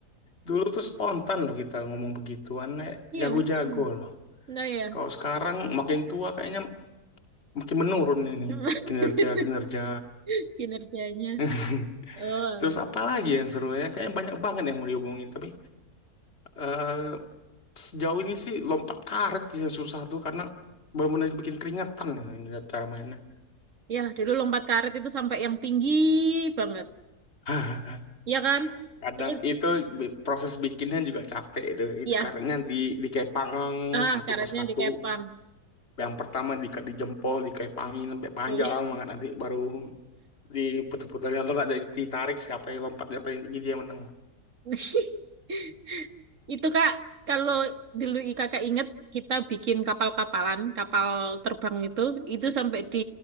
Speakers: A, on the left; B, on the right.
A: dulu tuh spontan loh kita ngomong begituan, eh,
B: Iya
A: jago-jago
B: mungkin,
A: loh.
B: Nah ya,
A: Kalau sekarang makin tua kayaknya makin menurun ini
B: <laughs>
A: kinerja-kinerja.
B: kinerjanya.
A: <laughs>
B: Oh,
A: Terus apa lagi yang seru ya? Kayaknya banyak banget yang mau diomongin, tapi eh, sejauh ini sih lompat karet ya susah tuh karena benar-benar bikin keringetan gitu ngeliat cara mainnya.
B: ya dulu lompat karet itu sampai yang tinggi banget,
A: <laughs>
B: ya kan?
A: Kadang
B: Terus
A: itu bi- proses bikinnya juga capek itu.
B: ya,
A: Itu karetnya di dikepang
B: ah
A: satu
B: karetnya
A: persatu.
B: dikepang.
A: Yang pertama di, di jempol dikepangin sampai panjang
B: Oh iya.
A: banget nanti baru diputar-putar atau nggak dari- ditarik siapa yang lompatnya paling tinggi dia menang.
B: <laughs> Itu Kak, kalau dulu i- Kakak inget kita bikin kapal-kapalan, kapal terbang itu, itu sampai di